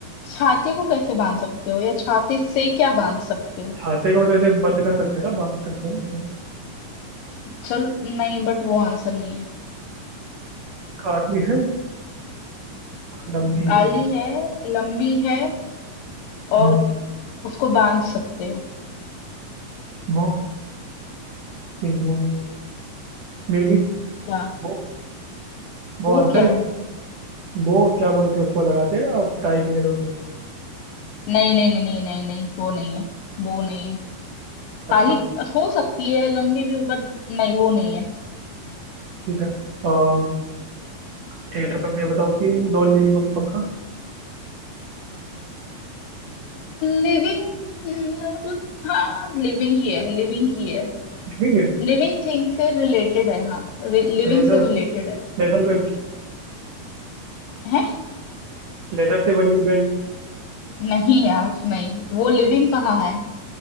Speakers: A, on the left; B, on the right.
A: छाते को कैसे बांध सकते हो या छाते से क्या बांध सकते हो
B: छाते को मतलब ऐसे बंद कर सकते हैं ना बांध सकते हैं ना ऐसे।
A: चल नहीं बट वो आंसर नहीं है
B: काली है और लंबी
A: काली
B: है
A: है लंबी है और
B: हम्म,
A: उसको बांध सकते हो
B: वो नहीं वो मे भी
A: क्या
B: वो वो
A: वो
B: आंसर
A: क्या
B: है
A: है
B: वो क्या बोलते हैं उसको लगाते हैं ना टाई की जगह पे
A: नहीं नहीं नहीं नहीं नहीं नहीं वो नहीं है वो नहीं है
B: अच्छा
A: काली हो सकती है लंबी भी बट नहीं वो नहीं है
B: ठीक है अम, ठीक है तो तुम ये बताओ कि नॉन लिविंग होगी पक्का
A: लिविंग मतलब हाँ लिविंग ही है लिविंग ही है
B: लिविंग है
A: लिविंग थिंग से रिलेटेड है हाँ लिविंग
B: लेदर
A: से रिलेटेड है
B: लेदर भी
A: है
B: लेदर से बनी हुई बेल्ट
A: नहीं यार नहीं वो लिविंग कहाँ है